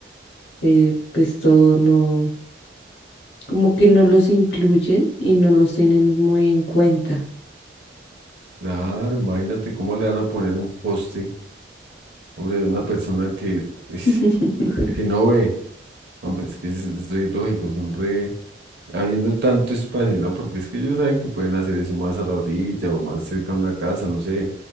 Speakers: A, on the left; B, on the right.
A: eh, pues todo no. como que no los incluyen y no los tienen muy en cuenta.
B: claro, imagínate cómo le van a poner un poste, hombre, de una persona que, es-
A: <laughs>
B: que no ve, hombre, es que es, es re lógico, son re, habiendo tanto espacio, ¿no? Porque es que ellos saben que pueden hacer eso más a la orilla o más cerca a una casa, no sé,